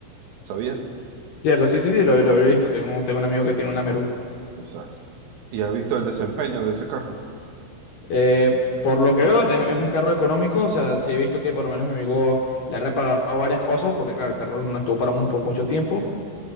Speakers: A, on the right (about 75°); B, on the left (about 65°).
A: ¿sabías?
B: Cierto, sí, sí, sí, lo, lo he visto. Tengo, un- tengo un amigo
A: Exacto.
B: que tiene un Lamerú.
A: Exacto. ¿Y has visto el desempeño de ese carro?
B: Eh, por lo que veo, es, es un carro económico. O sea, sí he visto que por lo menos mi amigo le ha reparado varias cosas, porque claro, el carro no estuvo parado mu- por mucho tiempo,